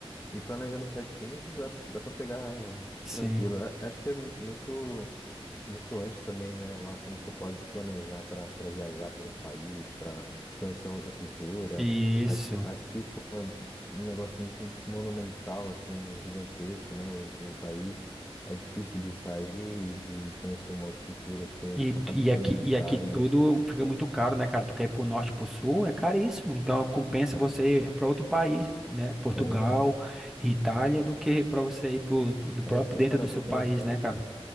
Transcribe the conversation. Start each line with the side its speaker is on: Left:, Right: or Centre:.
Left: e planejando certinho, dá, dá para pegar
Centre: sim.
Left: tranquilo. É- acho que é mu- muito Distoante também, né? Lá como você pode se planejar para para viajar para outro país, para conhecer outra cultura.
Centre: Isso.
Left: Aqui, aqui, como é um negócio muito monumental, assim, gigantesco, né? O, o país, é difícil de sair e de conhecer uma outra cultura, porque
Centre: E,
Left: acaba
Centre: e
Left: ficando
Centre: aqui,
Left: muito
Centre: e
Left: caro,
Centre: aqui tudo
Left: né?
Centre: fica muito caro, né, cara? Tu quer ir pro norte, pro sul, é caríssimo. Então
Left: Ixi,
Centre: compensa
Left: Caro.
Centre: você ir pra outro país, né? Portugal,
Left: É verdade,
Centre: Itália,
Left: é verdade.
Centre: do que pra você ir pro, pro- do próprio
Left: É, se você
Centre: dentro
Left: parar
Centre: do seu
Left: para pensar,
Centre: país, né, cara?